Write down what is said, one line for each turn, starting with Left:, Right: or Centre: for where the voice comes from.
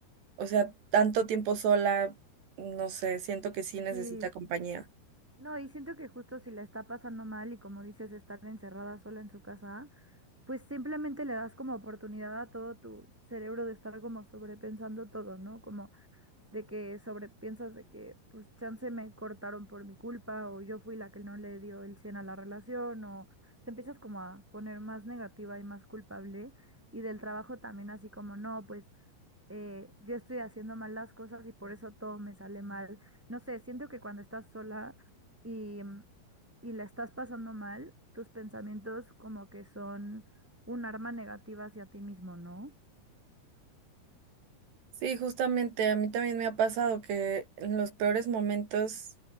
Right: o sea, tanto tiempo sola, no sé, siento que sí necesita
Centre: Sí,
Right: compañía.
Centre: no, y siento que justo si la está pasando mal y como dices, estar encerrada sola en su casa, pues simplemente le das como oportunidad a todo tu cerebro de estar como sobrepensando todo, ¿no? Como de que sobrepiensas de que, pues, chance me cortaron por mi culpa o yo fui la que no le dio el 100 a la relación o te empiezas como a poner más negativa y más culpable y del trabajo también así como, no, pues, eh, yo estoy haciendo mal las cosas y por eso todo me sale mal. No sé, siento que cuando estás sola y, mm, y la estás pasando mal, tus pensamientos como que son un arma negativa hacia ti mismo, ¿no?
Right: Sí, justamente a mí también me ha pasado que en los peores momentos,